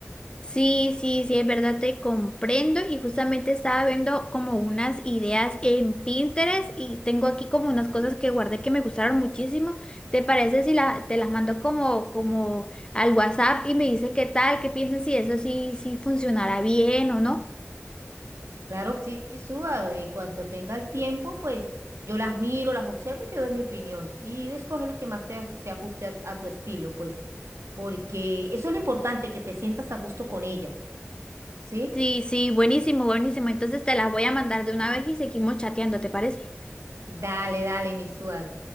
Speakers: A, on the left; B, on the right.
A: Sí, sí, sí, es verdad, te comprendo y justamente estaba viendo como unas ideas en Pinterest y tengo aquí como unas cosas que guardé que me gustaron muchísimo. ¿Te parece si la, te las mando como, como al WhatsApp y me dices qué tal, qué piensas si eso sí, sí funcionará bien o no?
B: Claro que sí, Suar, y cuanto tenga el tiempo, pues yo las miro, las observo y te doy mi opinión. Y escoge las que más te, se ajuste a, a tu estilo, pues. Porque eso es lo importante, que te sientas a gusto con ella, ¿sí?
A: Sí, sí, buenísimo, buenísimo. Entonces te las voy a mandar de una vez y seguimos chateando, ¿te parece?
B: Dale, dale, mi Suar.